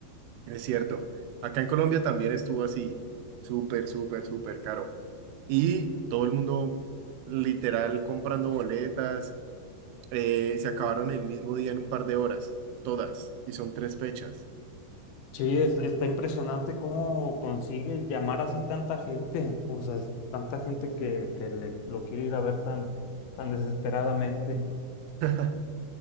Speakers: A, on the right; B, on the left.
A: Es cierto. Acá en Colombia también estuvo así, súper, súper, súper caro. Y todo el mundo literal comprando boletas, eh, se acabaron el mismo día en un par de horas, todas, y son tres fechas. <clears throat>
B: Sí, es- está impresionante cómo consigue llamar así tanta gente, o sea, es tanta gente que,
A: Sí.
B: que le- lo quiere ir a ver tan, tan desesperadamente.
A: <laughs>